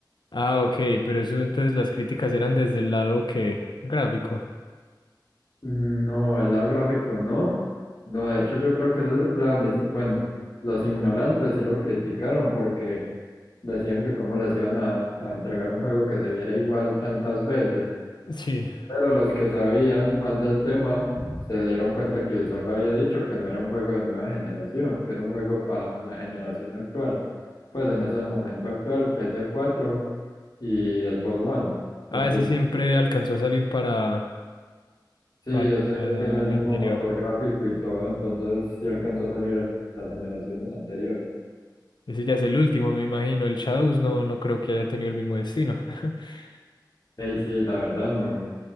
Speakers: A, on the left (about 75°); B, on the left (about 55°).
A: Ah, ok, pero eso entonces las críticas eran desde el lado que gráfico. <laughs>
B: Mm, No, el lado gráfico no. No, de hecho yo creo que eso es la, unici- bueno, los ignorantes sí lo criticaron porque decían que cómo les iban a, a entregar un juego que se viera igual tantas veces.
A: Sí.
B: Pero los que sabían más del tema se dieron cuenta que Ubisoft había dicho que no era un juego de nueva generación, que era un juego para la generación actual. pues en ese momento actual, ps cuatro y Xbox One. Entonces,
A: A ese siempre alcanzó a salir para,
B: sí,
A: para
B: ese tiene el
A: el
B: mismo
A: anterior.
B: motor gráfico y todo, entonces sí alcanzó a salir a las generaciones anteriores.
A: Ese ya es el último, me imagino. El Shadows no, no creo que haya tenido el mismo destino. <laughs>
B: Y sí, la verdad, no,